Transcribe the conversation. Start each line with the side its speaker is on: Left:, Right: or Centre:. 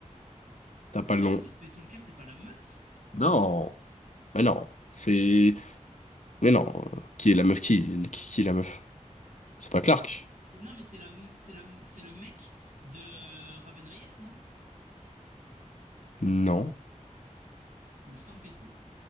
Left: T'as pas
Right: Ah,
Left: le
Right: mais
Left: nom.
Right: non, mais Space Walker, c'est pas la meuf
Left: Non. Mais non. C'est. Mais non. Qui est la meuf? Qui, qui, qui est la meuf? C'est pas Clark?
Right: C'est, non, mais c'est la, c'est la, c'est le mec de euh, Raven Reyes, non?
Left: Non.
Right: Il me semble que si.